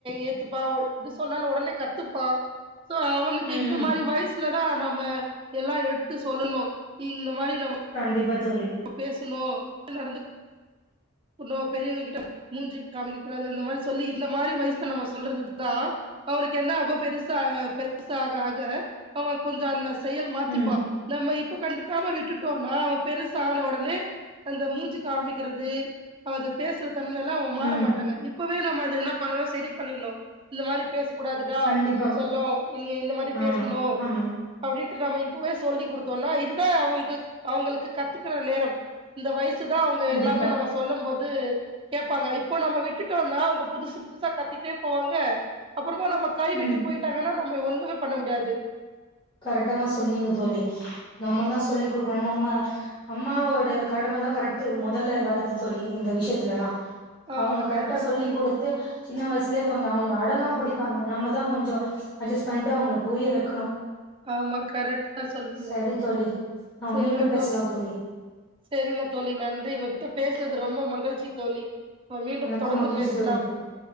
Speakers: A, on the right; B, on the left.
A: ஏத்துப்பா இது சொன்னாலு ஒடனே கத்துப்பா சோ அவனுக்கு
B: ம்
A: இந்த மாரி வய்ஸ் இல்லனா நம்ம எல்லா எடுத்து சொல்லணு இ இந்த மாரி நம்ம
B: கண்டிப்பா தோழி
A: பேசும்போ நடந்து குனு பெரியவுங்க கிட்ட மூஞ்சி காமிக்க கூடாது அந்த மாரி சொல்லி இந்த மாரி வய்ல நம்ம சொல்றதுதா அவுனுக் என்ன ஆகு பெருசா பெருசா ஆக ஆக அவ கொஞ்சோ அந்த செயல் மாத்திப்பா
B: ம்
A: நம்ம இப்ப கண்டிக்காம விட்டுட்டோன்னா அவ பெருச ஆண ஒடனே அந்த மூஞ்சு காமிக்கிறது அத பேசுற தன்மைல்ல அவ மாற
B: ம்
A: மாட்டாங்க இப்பவே நம்ம அத என்ன பண்ணுனா செரி பண்ணிட்னு இந்த மாரி பேஸ் கூடாதுடா
B: கண்டிப்பா
A: செல்லோ இங்க இந்த மாரி பேஸ்ணு
B: ஆமா ஆமா
A: அப்டின்ட்டு நாம இப்பவே சொல்லி்டுத்தோன்னா இதுதா அவுங்குள்க்கு அவுங்களுக்கு கத்துக்கற நேரம் இந்த வய்சு தா அவுங்க
B: கண்டிப்பா
A: எல்லாமே நம்ம சொல்லம்போது கேப்பாங்க இப்போ நம்ம விட் ட்டுட்டோனா அவ்ங்க புதுசு புதுசா கத்திட்டே போவாங்க அப்புறமோ நம்ம கைவிட்டு
B: ம்
A: போயிட் ட்டாங்கனா நம்ம ஒன்னுமே பண்ண முட்யாது
B: கரெட்டாதா சொன்னீங்க தோழி நாம்மதா சொல்லி் குடுக்குணு நம்ம அம்மாவோட கடமைதா கரெக்ட் மொதல்ல வரது தோழி இந்த விஷ்யத்துலல்லா கவுங்கு
A: ஆமா
B: கரெக்டா சொல்லி்
A: சொன்னீங்க
B: குடுத்து சின்ன வய்சுலே கொஞ்ச அவுங்க அடந்தா புடிப்பாங்க நம்ம தா கொஞ்சோ அஜஸ்ட் பண்ணிட்டு அவுங்ள புரிய வக்கணு
A: ஆமா கரெக்டடா சொல்றிங்க
B: சரி தோழி நாம்
A: செரிங்க
B: மீண்டும் பேசலாம்
A: தோல்வி
B: தோழி
A: செரிங்க தோழி நன்றி உங்ககிட்ட பேஸ்னது ரொம்ப மகழ்ச்சி தோழி இப்ப மீண்டும்
B: எனக்கும்
A: தொடர்ந்து
B: மகிழ்ச்சி
A: பேஸ்லாம்
B: தோழி